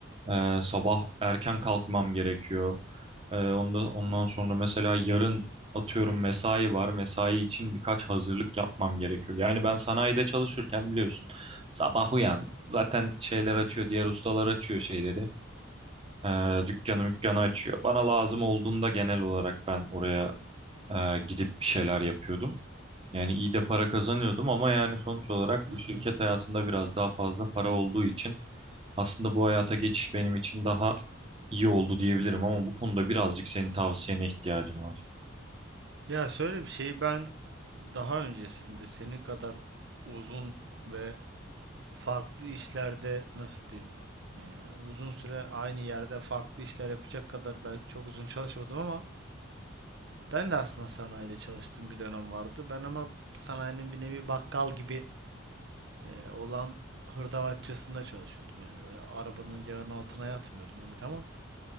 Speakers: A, on the right (about 30°); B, on the right (about 60°).
A: Ee, sabah erken kalkmam gerekiyor. Ee, onda, ondan sonra mesela yarın atıyorum mesai var. Mesai için birkaç hazırlık yapmam gerekiyor. Yani ben sanayide çalışırken biliyorsun sabah uyan zaten şeyler açıyor. Diğer ustalar açıyor şeyleri. Ee, dükkanı mükkanı açıyor. Bana lazım olduğunda genel olarak ben oraya e, gidip bir şeyler yapıyordum. Yani iyi de para kazanıyordum ama yani sonuç olarak
B: Hı
A: bu
B: hı.
A: şirket hayatında biraz daha fazla para olduğu için aslında bu hayata geçiş benim için daha iyi oldu diyebilirim ama bu konuda birazcık senin tavsiyene ihtiyacım var.
B: Ya şöyle bir şeyi ben daha öncesinde senin kadar uzun ve farklı işlerde nasıl diyeyim eee, uzun süre aynı yerde farklı işler yapacak kadar belki çok uzun çalışmadım ama ben de aslında sanayide çalıştığım bir dönem vardı. Ben ama sanayinin bir nevi bakkal gibi eee, olan hırdavatçısında çalışıyordum yani öyle arabanın yağının altına yatmıyordum evet ama